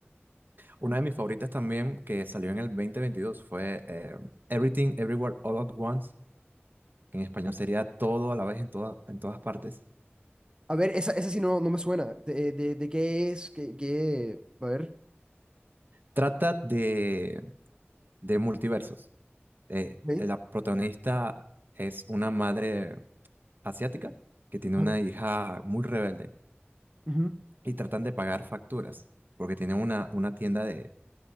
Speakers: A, on the right; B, on the right.
A: Una de mis favoritas también que salió en el 2022 fue eh, Everything Everywhere All at Once, que en español sería todo a la vez en, toda- en todas partes.
B: A ver, esa, esa sí no, no me suena. ¿De, de, de qué es? ¿Qué, qué? A ver.
A: Trata de, de multiversos. Eh,
B: Ok.
A: la protagonista es una madre asiática que tiene
B: Ajá.
A: una hija muy rebelde
B: ujú,
A: y tratan de pagar facturas porque tiene una, una tienda de,